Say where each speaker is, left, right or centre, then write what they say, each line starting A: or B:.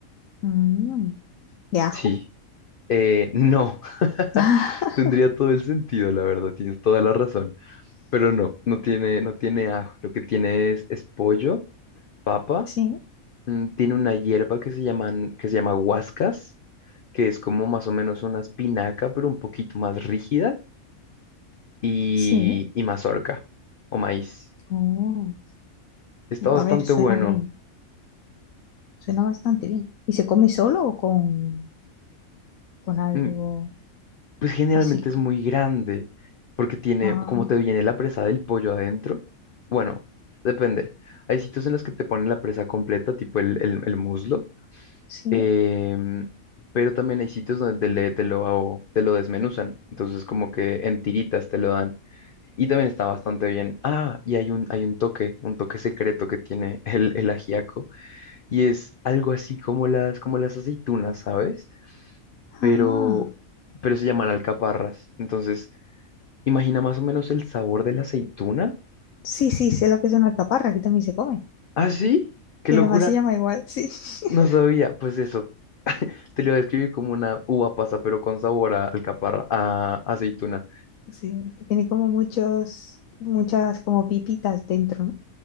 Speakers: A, on the left (about 70°); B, on the left (about 50°).
A: mm, ¿de ajo?
B: Sí, eh, no, <laughs>
A: <laughs>
B: tendría todo el sentido, la verdad, tienes toda la razón, pero no, no tiene, no tiene ajo, lo que tiene es, es pollo, papa
A: Sí,
B: mm, tiene una hierba que se llaman, que se llama huascas, que es como más o menos una espinaca, pero un poquito más rígida, y,
A: sí.
B: y mazorca o maíz.
A: Oh,
B: Está bastante
A: a ver, suena
B: bueno.
A: bien. Suena bastante bien. ¿Y se come solo o con, con algo
B: Mm, Pues generalmente
A: así? co-
B: es muy grande, porque tiene,
A: Ah,
B: como te viene la presa del pollo adentro, bueno, depende. Hay sitios en los que te ponen la presa completa, tipo el, el- el muslo,
A: sí.
B: em, pero también hay sitios donde te, le- te lo, te lo desmenuzan, entonces como que en tiritas te lo dan. Y también está bastante bien. Ah, y hay un, hay un toque, un toque secreto que tiene el, el ajiaco. Y es algo así como las, como las aceitunas, ¿sabes?
A: Ah,
B: Pero, pero se llaman alcaparras. Entonces, imagina más o menos el sabor de la aceituna.
A: sí, sí, sé lo que es una alcaparra, aquí también se come.
B: ¿Ah, sí? ¡Qué
A: Y
B: locura!
A: además se llama igual, sí. <laughs>
B: No sabía. Pues eso, te lo voy a describir como una uva pasa, pero con sabor a alcaparra, a aceituna.
A: Sí, que tiene como muchos, muchas como pipitas dentro, ¿no?